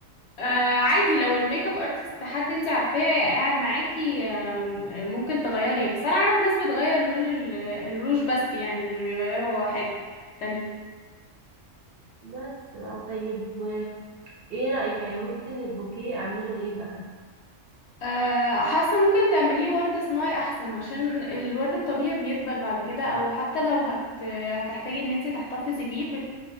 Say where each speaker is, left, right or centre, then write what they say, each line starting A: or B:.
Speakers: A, on the left (about 65°); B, on the right (about 55°).
A: آه عادي لو الميك اب ارتست حد انت عارفاه قاعد معاكي آم، آه، ممكن تغيريه بس انا اعرف ناس بتغير لون ال- الروج بس يعني مش بيغيروا حاجة تانية
B: بس بقى طيب و- ايه رأيك يعني ممكن البوكيه اعمله ايه بقى
A: آه، حاسه ممكن تعمليه ورد صناعي احسن عشان الورد الطبيعي بيدبل بعد كده او حتى لو هت... هتحتاجي ان انت تحتفظي بيه بت...